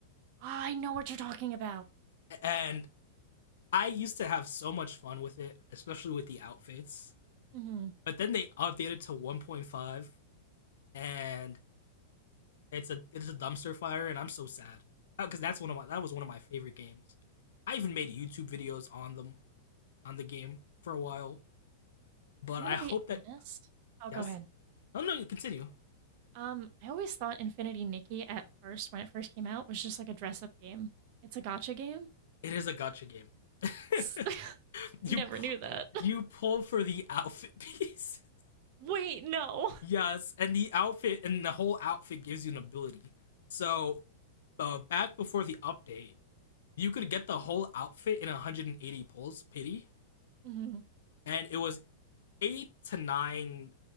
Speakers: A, on the right (about 35°); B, on the left (about 75°).
A: I know what you're talking about.
B: and I used to have so much fun with it, especially with the outfits.
A: hmm
B: But then they updated to 1.5, and it's a it's a dumpster fire, and I'm so sad because that's one of my that was one of my favorite games. I even made YouTube videos on them on the game for a while. But
A: I'm going
B: I
A: to
B: hope
A: be
B: that
A: honest. Oh, go
B: yes,
A: ahead.
B: no, no, continue.
A: Um, I always thought Infinity Nikki at first, when it first came out, was just like a dress up game. It's a gotcha game,
B: It is a gotcha game. <laughs>
A: <laughs> I
B: you
A: never
B: pu-
A: knew that.
B: you pull for the outfit <laughs> pieces.
A: <laughs> Wait, no.
B: Yes, and the outfit and the whole outfit gives you an ability. So, uh, back before the update, you could get the whole outfit in 180 pulls, pity,
A: Mm-hmm.
B: and it was eight to nine